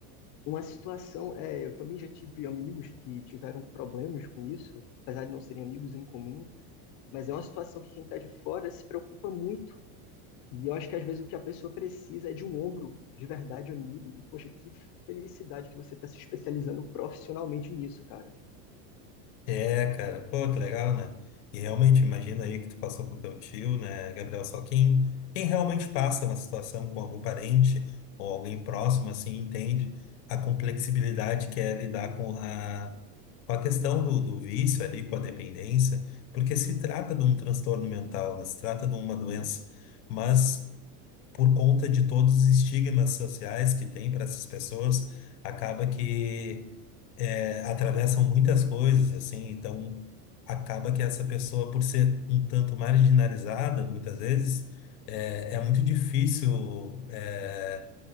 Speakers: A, on the left; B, on the left.
A: uma situação. É, eu também já tive amigos que tiveram problemas com isso, apesar de não serem amigos em comum, mas é uma situação que quem está de fora se preocupa muito e eu acho que às vezes o que a pessoa precisa é de um ombro de verdade, amigo. E poxa, que felicidade que você está se especializando profissionalmente nisso, cara.
B: É, cara, pô, que legal, né? E realmente, imagina aí que tu passou com teu tio, né, Gabriel? Só quem, quem realmente passa uma situação com algum parente ou alguém próximo, assim, entende a complexibilidade que é lidar com a, com a questão do, do vício ali, com a dependência, porque se trata de um transtorno mental, né? Se trata de uma doença.
A: Assim,
B: Mas por conta de todos os estigmas sociais que tem para essas pessoas, acaba que é, atravessam muitas coisas, assim, então acaba que essa pessoa, por ser um tanto marginalizada, muitas vezes, é, é muito difícil. eh,